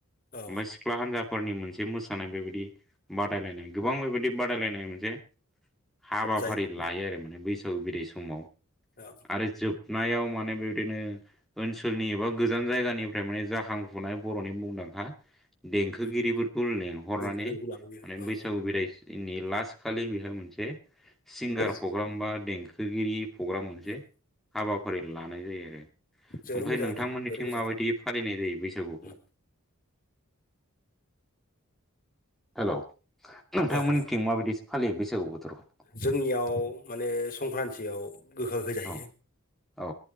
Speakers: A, on the left; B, in the centre.
A: औ
B: ओमफ्राय सिख्ला हान्जाफोरनि मोनसे मोसानाय बेबायदि बादायलायनाय गोबां बेबायदि बादायलायनाय मोनसे हाबाफारि
A: जायो
B: लायो आरो माने बैसागु बिदाय समाव
A: औ
B: आरो जोब खुनायाव माने बेबायदिनो ओनसोलनि एबा गोजान जायगानिफ्राय माने जाखांफुनाय बरनि मुं खा देंखोगिरिफोरखौ
A: उम
B: लेंहरनानै
A: बेंटलाव बेखौ लाबोयो
B: माने
A: औ
B: बैसागु बिदायनि लास्ट खालि बेहाय मोनसे सिंगार
A: उम
B: प्रग्राम बा देंखो गिरि प्रग्राम मोनसे
A: उम
B: हाबाफारि लानाय जायो आरो ओमफ्राय
A: जोबोर मोजां
B: नोंथांमोननिथिं
A: जादों जोबोर मोजां
B: माबायदि फालिनाय जायो बैसागुखौ
A: उम
B: हेल नोंथांमोननिथिं
A: अ हेल'
B: माबायदिसो फालियो बैसागु बोथोरखौ
A: जोंनियाव माने संक्रान्तियाव गोखै जायो
B: औ औ